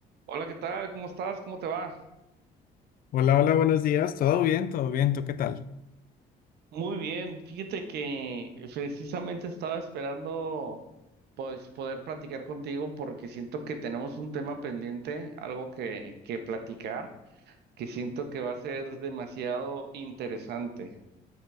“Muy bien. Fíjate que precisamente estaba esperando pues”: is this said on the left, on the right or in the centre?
Right